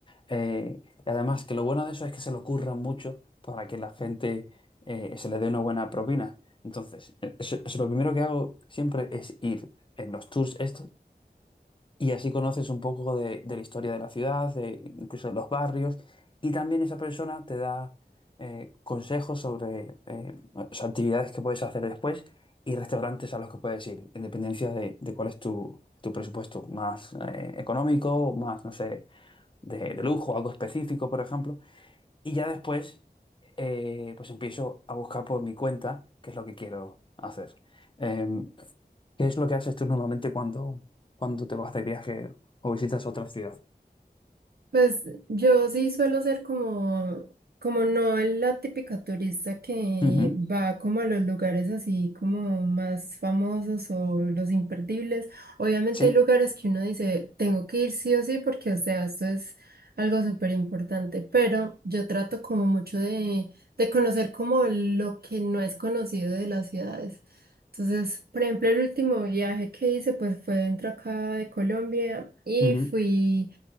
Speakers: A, on the left; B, on the right.
A: Eh, y además, que lo bueno de eso es que se lo curran mucho para que la gente eh, se le dé una buena propina. Entonces, eh, eso, eso lo primero que hago siempre es ir en los tours estos y así conoces un poco de, de la historia de la ciudad, de incluso de los barrios, y también esa persona te da eh, consejos sobre eh, o sea, actividades que puedes hacer después y restaurantes a los que puedes ir, en dependencia de, de cuál es tu, tu presupuesto, más eh, económico, más, no sé de, de lujo, algo específico, por ejemplo, y ya después eh, pues empiezo a buscar por mi cuenta qué es lo que quiero hacer. Eh, ¿qué es lo que haces tú normalmente cuando, cuando te vas de viaje o visitas otra ciudad?
B: Pues yo sí suelo ser como, como no la típica turista que
A: Ujú,
B: va como a los lugares así como más famosos o los imperdibles. Obviamente
A: Sí.
B: hay lugares que uno dice, tengo que ir sí o sí porque, o sea, esto es algo súper importante, pero yo trato como mucho de, de conocer como lo que no es conocido de las ciudades. Entonces, por ejemplo, el último viaje que hice pues fue dentro acá de Colombia y
A: Ujú.
B: fui